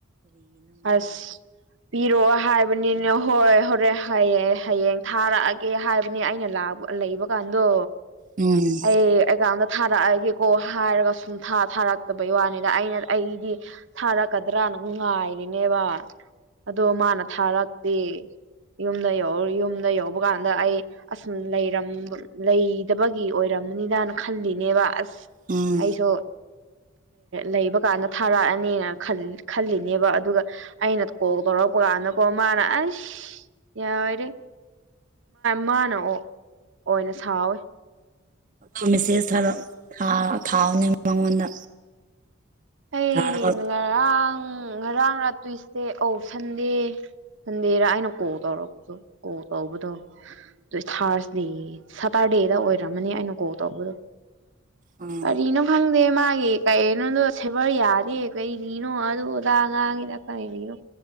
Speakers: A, on the right (about 60°); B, on the right (about 40°).
A: ꯑꯁ ꯄꯤꯔꯛꯑꯣ ꯍꯥꯏꯕꯅꯤꯅ ꯍꯣꯏ ꯍꯣꯔꯦ ꯍꯌꯦꯑꯡ ꯍꯌꯦꯡ ꯊꯥꯔꯛꯑꯒꯦ ꯍꯥꯏꯕꯅꯦ ꯑꯩꯅꯥꯛ ꯂꯩꯕ ꯀꯥꯟꯗꯣ
B: ꯎꯝ
A: ꯑꯩ ꯑꯩꯒꯥꯎꯗ ꯊꯥꯔꯛꯑꯒꯦꯀꯣ ꯍꯥꯏꯔꯒ ꯁꯨꯝ ꯊꯥꯔꯛꯇꯕꯩ ꯋꯥꯅꯤꯗ ꯑꯩꯅ ꯑꯩꯗꯤ ꯊꯥꯔꯛꯀꯗ꯭ꯔꯥ ꯃꯥꯅ ꯉꯥꯏꯔꯤꯅꯦꯕ ꯑꯗꯣ ꯃꯥꯅ ꯊꯥꯔꯛꯇꯦ ꯌꯨꯝꯗ ꯌ ꯌꯨꯝꯗ ꯌꯧꯕ ꯀꯥꯟꯗ ꯑꯩ ꯑꯁꯨꯝ ꯂꯩꯔ ꯂꯩꯗꯕꯒꯤ ꯑꯣꯏꯔꯝ ꯅꯤꯗꯥꯅ ꯈꯜꯂꯤꯅꯦꯕ ꯑꯁ
B: ꯎꯝ
A: ꯑꯩꯁꯨ ꯂꯩꯕ ꯀꯥꯟꯗ ꯊꯥꯔꯛꯑꯅꯤꯅ ꯈꯜꯂꯤꯅꯦꯕ ꯑꯗꯨꯒ ꯑꯩꯅ ꯀꯣꯛ ꯇꯧꯔꯛꯄ ꯀꯥꯟꯗꯀꯣ ꯃꯥꯅ ꯑꯁ ꯌꯥꯏꯔꯦ ꯃꯥꯅ ꯑꯣꯏꯅ ꯁꯥꯎꯋꯦ
B: ꯑ ꯃꯦꯁꯦꯖ ꯈꯔ ꯊꯥꯎꯅꯦ ꯃꯉꯣꯟꯗ
A: ꯑꯩ
B: ꯊꯥꯔꯒ
A: ꯉꯔꯥꯡ ꯉꯔꯥꯡꯅ ꯇꯨꯏꯁꯗꯦ ꯑꯧ ꯁꯟꯗꯦ ꯁꯟꯗꯦꯔ ꯑꯩꯅ ꯀꯣ ꯇꯧꯔꯛꯄꯗꯣ ꯀꯣ ꯇꯧꯕꯗꯣ ꯑꯗꯨ ꯊꯔꯁꯗꯦ ꯁꯇꯔꯗꯦ ꯗꯦꯗ ꯑꯣꯏꯔꯝꯃꯅꯤ ꯑꯩꯅ ꯀꯣ ꯇꯧꯕꯗꯣ
B: ꯎꯝ
A: ꯑꯔꯤꯅꯣ ꯍꯪꯗꯦ ꯃꯥꯒꯤꯦ ꯀ ꯏꯅꯣ ꯁꯦꯕꯔ ꯌꯥꯗꯦ ꯀꯩꯔꯤꯅꯣ ꯑꯗꯨ ꯑꯣꯗꯥꯥꯛ ꯑ ꯉꯥꯡꯉꯤꯗ ꯀꯔꯤꯔꯤꯅꯣ